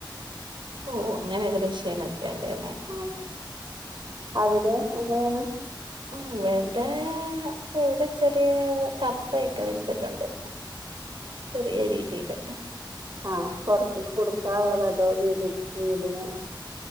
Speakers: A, on the right; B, on the right.
A: ഓ അങ്ങനെ കൃഷികളെക്കെ ഉണ്ടന്നെ
B: ആ, അവിടെ എങ്ങനെയാണ്
A: ഇവിടെ ഇവിടെ ചെറിയ കപ്പയൊക്കെ വെച്ചിട്ടുണ്ട് ചെറിയരീതിയില്
B: ആഹ പുറത്തന്ന് കൊടുക്കാ ഉള്ളത് അതോ വീട് വീടിന്